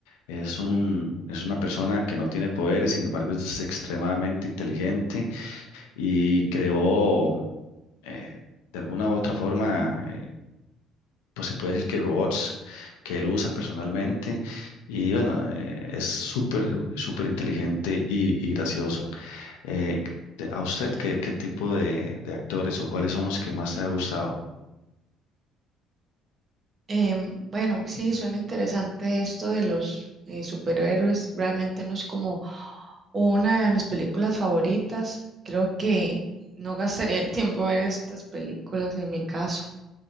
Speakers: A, on the left; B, on the right.
A: Es un, es una persona que no tiene poderes, sin embargo es extremadamente inteligente y creó eh, de alguna u otra forma, eh, pues se puede decir que robots que él usa personalmente y bueno, eh, es súper, súper inteligente y, y gracioso. Eh, de- ¿a usted qué, qué tipo de, de actores o cuáles son los que más te ha gustado?
B: Em, bueno, sí, suena interesante esto de los eh, superhéroes. Realmente no es como una de mis películas favoritas. Creo que no gastaría el tiempo en estas películas en mi caso.